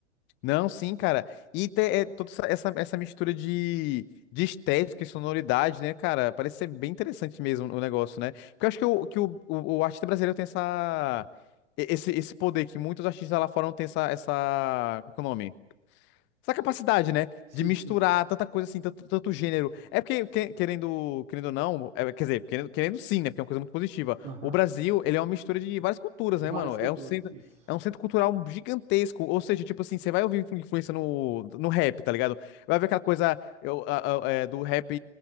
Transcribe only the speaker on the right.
Sim,
sim.
Aham.
Várias
culturas,
isso.